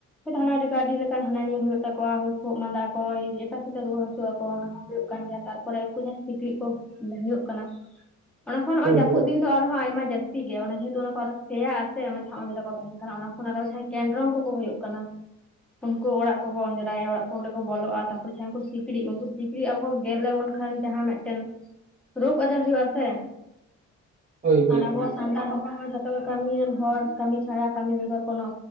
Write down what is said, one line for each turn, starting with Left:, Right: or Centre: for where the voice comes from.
Centre: ᱦᱳᱭᱛᱚ ᱦᱟᱱᱟ ᱡᱚᱠᱷᱟᱡ ᱟᱹᱰᱤ ᱞᱮᱠᱟᱱ ᱦᱟᱱᱟ ᱱᱤᱭᱟᱹ ᱦᱩᱭᱩᱜ ᱛᱟᱠᱚᱣᱟ᱾ ᱦᱳᱭ ᱠᱷᱩᱜ ᱢᱟᱸᱫᱟ ᱚᱠᱚᱭ ᱮᱴᱟ-ᱥᱮᱴᱟ ᱨᱩᱣᱟᱹ ᱦᱟᱥᱩᱜ, ᱟᱠᱚ ᱚᱱᱟ ᱦᱚᱸ ᱦᱩᱭᱩᱜ ᱠᱟᱱ ᱜᱮᱭᱟ ᱛᱟᱨᱯᱚᱨᱮ ᱩᱱᱠᱩ ᱡᱟᱦᱟᱸᱭ ᱥᱤᱠᱲᱤᱡ ᱠᱚ ᱦᱩᱭᱩᱜ ᱠᱟᱱᱟ᱾ ᱚᱱᱟ ᱠᱷᱚᱱ ᱱᱚᱜ-ᱚᱭ
Right: ᱦᱳᱭ
Centre: ᱡᱟᱹᱯᱩᱜ
Right: ᱦᱳᱭ
Centre: ᱫᱤᱱ ᱫᱚ ᱟᱨ ᱦᱚᱸ ᱟᱭᱢᱟ ᱡᱟᱹᱥᱛᱤ ᱜᱮ᱾ ᱢᱟᱱᱮ ᱡᱮᱦᱮᱛᱩ ᱟᱨᱚ ᱥᱮᱭᱟᱜ-ᱟ ᱥᱮ ᱚᱱᱟ ᱡᱟᱦᱟᱸ ᱚᱸᱡᱽᱨᱟ ᱠᱚ᱾ ᱛᱟᱦᱮᱱ ᱠᱟᱱᱟ, ᱚᱱᱟ ᱠᱷᱚᱱ ᱟᱨᱚ ᱡᱟᱦᱟᱸᱭ ᱠᱮᱱᱰᱨᱚᱝ ᱠᱚᱠᱚ ᱦᱩᱭᱩᱜ ᱠᱟᱱᱟ᱾ ᱩᱱᱠᱩ ᱚᱲᱟᱜ ᱠᱚᱠᱚ ᱚᱸᱡᱽᱨᱟᱭᱟ, ᱚᱲᱟᱜ ᱠᱚ ᱨᱮ ᱠᱚ ᱵᱚᱞᱚᱜ-ᱟ ᱛᱟᱯᱚᱨ ᱡᱟᱦᱟᱸᱭ ᱩᱱᱠᱩ ᱥᱤᱠᱲᱤᱡ, ᱩᱱᱠᱩ ᱥᱤᱠᱲᱤᱡ ᱟᱵᱚ ᱠᱚ ᱜᱮᱨ ᱞᱮᱵᱚᱱ ᱠᱷᱟᱱ ᱡᱟᱦᱟᱸ ᱢᱮᱫᱴᱮᱱ ᱨᱳᱠ ᱟᱡᱟᱨ ᱦᱩᱭᱩᱜ-ᱟ ᱥᱮ᱾
Right: ᱦᱳᱭ ᱦᱳᱭ
Centre: ᱟᱨ ᱟᱵᱚ
Right: ᱦᱳᱭ
Centre: ᱥᱟᱱᱛᱟᱲ ᱦᱚᱯᱚᱱ ᱦᱚᱸ ᱡᱷᱚᱛᱚ ᱜᱮ ᱠᱟᱢᱤᱭᱟᱱ ᱦᱚᱲ᱾ ᱠᱟᱢᱤ ᱪᱷᱟᱲᱟ ᱠᱟᱢᱤ ᱵᱮᱜᱚᱨ ᱠᱚᱱᱚ